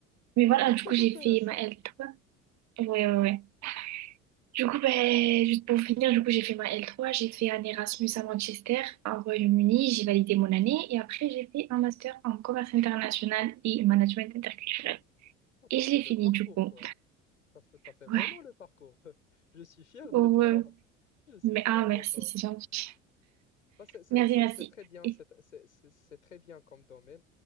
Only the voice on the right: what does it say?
mais voilà,
du
coup, j'ai
fait ma l trois. Ouais, ouais, ouais. Du coup, ben, juste pour finir, du coup, j'ai fait ma l trois, j'ai fait un Erasmus à Manchester, au Royaume-Uni, j'ai validé mon année, et après, j'ai fait un master en commerce international et management interculturel.
Et je
l'ai
fini,
du coup.
Ouais,
oh,
euh,
mais,
ah, merci,
c'est gentil.
Merci,
merci.
Et,